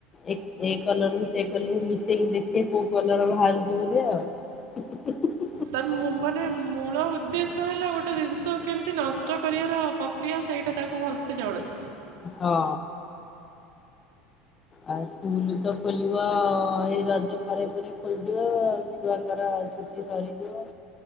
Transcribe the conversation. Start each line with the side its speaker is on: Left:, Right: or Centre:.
Left: ଏ ଏ କଲର ରୁ ସେ କଲରକୁ ମିଶେଇକି ଦେଖେ କୋଉ କଲର ବାହରୁଛି ବୋଧେ ଆଉ। <unintelligible>
Right: ତାର ମୁଁ ମାନେ ମୂଳ ଉଦ୍ଦେଶ୍ୟ ହେଲା ଗୋଟେ ଜିନିଷ କେମିତି ନଷ୍ଟ କରିବାର। ପକ୍ରିୟା ସେଇଟା ତାକୁ ଭଲସେ ଜଣା।
Left: ହଁ। ଆଉ ସ୍କୁଲ ତ ଖୋଲିବ ଏଇ ରଜ ପରେ, ପରେ ଖୋଲିଯିବ ଛୁଆଙ୍କର। ଛୁଟି ସରି ଯିବ।